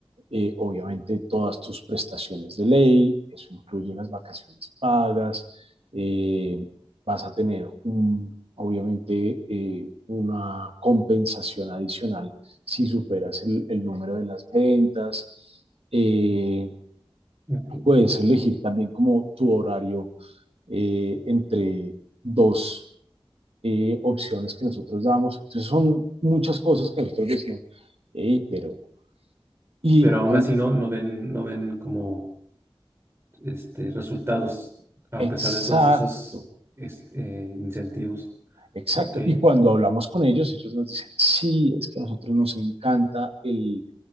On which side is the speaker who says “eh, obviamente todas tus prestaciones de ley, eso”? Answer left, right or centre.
Right